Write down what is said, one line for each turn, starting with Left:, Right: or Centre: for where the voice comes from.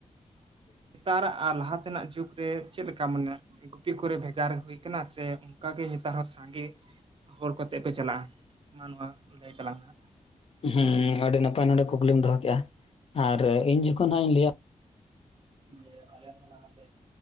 Right: ᱱᱮᱛᱟᱨᱟᱜ ᱟᱨ ᱞᱟᱦᱟ ᱛᱮᱱᱟᱜ ᱡᱩᱜᱽ ᱨᱮ ᱪᱮᱫ ᱞᱮᱠᱟ ᱢᱟᱱᱮ ᱜᱩᱯᱤ ᱠᱚᱨᱮ ᱵᱷᱮᱜᱟᱨ ᱦᱩᱭ ᱠᱟᱱᱟ ᱥᱮ ᱩᱢ ᱚᱱᱠᱟᱜᱮ ᱱᱮᱛᱟᱨ ᱦᱚᱸ ᱥᱟᱸᱜᱮ ᱦᱚᱲ ᱠᱚᱛᱮᱜ ᱯᱮ ᱪᱟᱞᱟᱜ-ᱟ ᱢᱟ ᱱᱚᱣᱟ ᱞᱟᱹᱭ ᱛᱟᱞᱟᱝ ᱢᱮ ᱦᱟᱸᱜ
Left: ᱦᱮᱸ ᱟᱹᱰᱤ ᱱᱟᱯᱟᱭ ᱱᱚᱰᱮ ᱠᱩᱠᱞᱤᱢ ᱫᱚᱦᱚ ᱠᱮᱜᱼᱟ ᱟᱨ ᱤᱧ ᱡᱚᱠᱷᱚᱱ ᱦᱟᱸᱜ ᱤᱧ ᱞᱟᱹᱭᱟ
Right: ᱡᱮ ᱟᱞᱮ ᱠᱷᱚᱱᱟᱜ ᱥᱮ